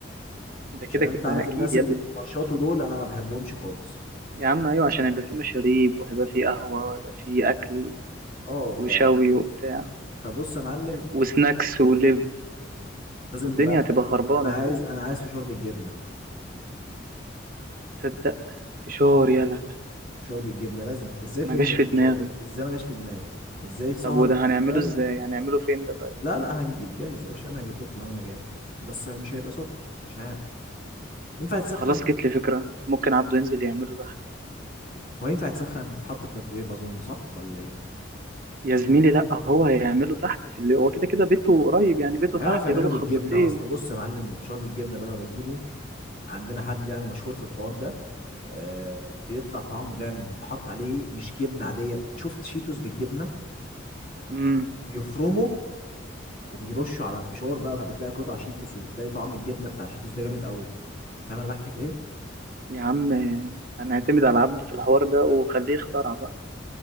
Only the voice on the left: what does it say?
عشان انت
عارف
الناس
اللي
بيفرشطوا دول انا ما بحبهمش خالص
اه ف...
فبص يا معلم
لازم
بقى
انا عايز
انا عايز فشار بالجبنه
فشار بالجبنه لازم في... ازاي
فيلم
غير
فشار ازاي ما جاش في دماغك ازاي في سهره
افلام
لا لا هنجيب جاهز يا باشا انا هجيب لكم معاه وانا جاي بس مش هيبقى سخن مش عارف ينفع يتسخن
هو ينفع يتسخن يتحط في ميكرويف اظن صح ولا ايه
هيعرف
يعمله
بالجبنه
اصل بص يا معلم الفشار بالجبنه ده انا بجيبه عندنا حد يعني مشهور في الحوار ده آه بيطلع طعمه جامد بحط عليه مش جبنه عاديه شفت شيتوس بالجبنه
بيفرمه وبيرشه على الفشار بقى فبتلاقي قطع شيتوس وبتلاقي طعم الجبنه بتاع شيتوس ده جامد قوي فاهم انا بحكي في ايه